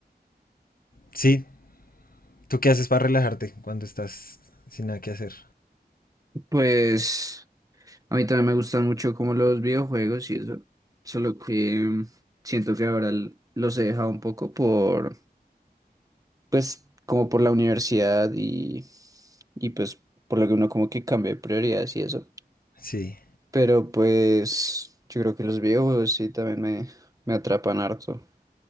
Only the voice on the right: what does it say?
pues a mí también me gustan mucho como los videojuegos y eso, solo que mm, siento que ahora l- los he dejado un poco por, pues como por la universidad y, y pues por lo que uno como que cambia de prioridades y eso.
Pero pues yo creo que los videojuegos sí también me, me atrapan harto.